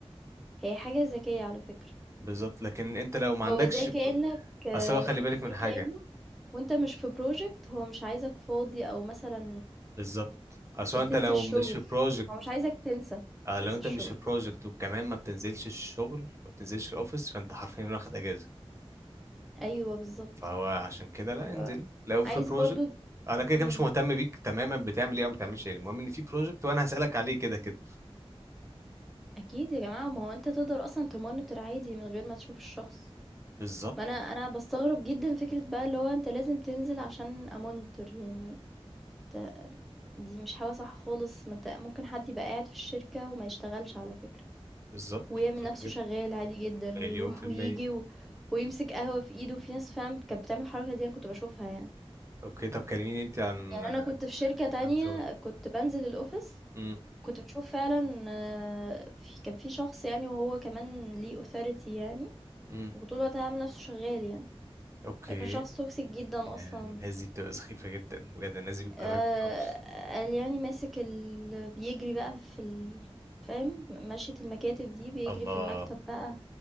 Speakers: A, in the centre; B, on the right.
A: هي حاجة ذكية على فكرة
B: بالظبط لكن انت لو ما عندكش
A: هو زي كأنك
B: ب-
A: آه،
B: اصل هو خلي بالك
A: زي
B: من حاجة
A: كأنه وانت مش في بروجكت هو مش عايزك فاضي او مثلا
B: بالظبط اصل
A: آه،
B: انت
A: تنسى
B: لو
A: الشغل
B: مش في بروجكت
A: هو مش عايزك تنسى
B: آه
A: تنسى
B: لو انت
A: الشغل
B: مش في بروجكت وكمان ما بتنزلش الشغل ما بتنزلش الاوفيس فانت حرفيا واخد اجازه
A: ايوه بالظبط
B: فهو عشان كده لا
A: هو
B: انزل لو في
A: عايز
B: بروجكت
A: برضو
B: انا كده
A: مم.
B: كده مش مهتم بيك تماما بتعمل ايه او ما بتعملش ايه المهم ان في بروجكت وانا هسالك عليه كده كده
A: أكيد يا جماعة، ما هو أنت تقدر أصلًا تmonitor عادي من غير ما تشوف الشخص،
B: بالظبط
A: ما أنا أنا باستغرب جدًا فكرة بقى اللي هو أنت لازم تنزل عشان أmonitor يعني أنت دي مش حاجة صح خالص، ما أنت ممكن حد يبقى قاعد في الشركة وما يشتغلش على فكرة،
B: بالظبط
A: ويعمل
B: بالظبط
A: نفسه
B: جدا
A: شغال عادي جدًا
B: مليون
A: ويروح
B: في الميه
A: وييجي و ويمسك قهوة في إيده، في ناس فعلًا كانت بتعمل الحركة دي أنا كنت باشوفها يعني،
B: اوكي طب كلميني انت عن
A: يعني أنا كنت في شركة تانية
B: عن شغلك
A: كنت بانزل الoffice
B: امم
A: كنت باشوف فعلًا آه، في كان في شخص يعني وهو كمان ليه authority يعني
B: امم
A: وطول الوقت عامل نفسه شغال يعني
B: اوكي
A: كان شخص توكسيك جدا
B: يعني
A: اصلا
B: الناس دي بتبقى سخيفه جدا بجد الناس دي بتكرهك
A: آه
B: في الاوفيس
A: قال يعني ماسك ال... بيجري بقى في ال... فاهم مشية المكاتب دي بيجري
B: الله
A: في المكتب بقى